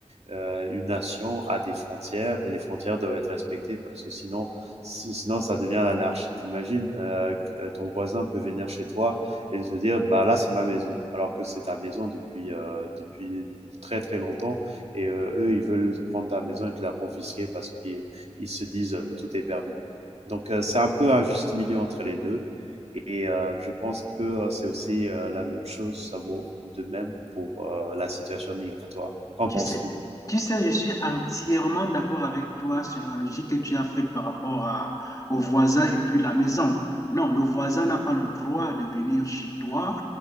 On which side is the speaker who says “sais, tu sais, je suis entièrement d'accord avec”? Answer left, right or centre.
Left